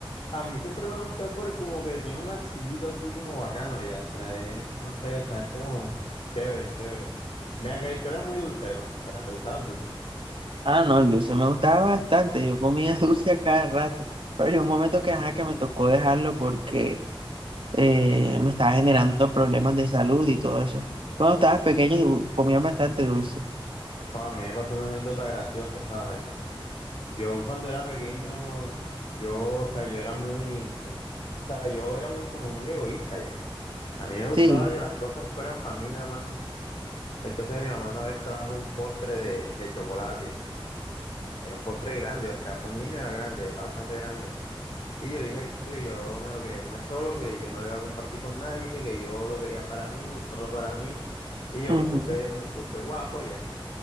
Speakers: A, on the left; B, on the right.
A: a mí siempre me ha gustado porque como que tiene un acidito así como bacano ya, o sea, es- no sé, o sea, es como chévere, chévere. Ven acá, y tú eres muy dulcero, o sea, ¿te gustaba el dulce?
B: Ah, no, el dulce me gustaba bastante. Yo comía <laughs> dulce a cada rato. Pero llegó un momento que, ajá, que me tocó dejarlo porque eh, me estaba generando problemas de salud y todo eso. Cuando estabas pequeño du- comías bastante dulce.
A: No, a mí me pasó una anécdota graciosa, ¿sabes? Yo cuando era pequeño, yo, o sea, yo era muy, o sea, yo era muy como muy egoísta ya. A mí me gustaba
B: Sí.
A: que las cosas fueran para mí nada más. Entonces mi mamá una vez trajo un postre de, de chocolate. Era un postre grande, o sea, para un niño era grande, era bastante grande. Y yo dije que yo me lo quería comer solo, que yo no lo iba a compartir con nadie, que yo lo quería para mí, solo para mí. Y yo
B: ujú.
A: me puse,
B: <laughs>
A: me puse guapo ya.